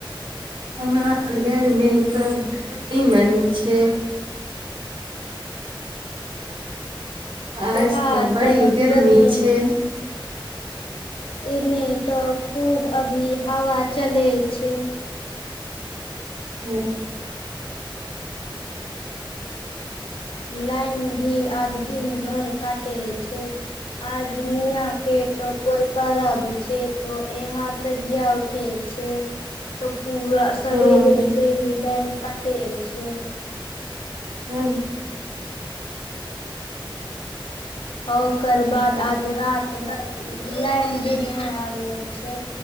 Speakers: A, on the right; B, on the left.
A: हमार घरमे सभ नीमन छै आज
B: तोहार
A: तऽ बड़ी
B: तरफ
A: गरमी
B: गर्मी
A: छै
B: एने तऽ खूब अभी हवा चलै छै
A: हू
B: लाइन भी आज दिन भर कट छै आज मियां के त कोइ परब छै तो एहां तजिया उठे छै तऽ पूरा सवेरे
A: ओ
B: से ही लाइन काटे छै
A: ह्म
B: ओकर बाद आज रात भर लाइन भी नइ आबे छै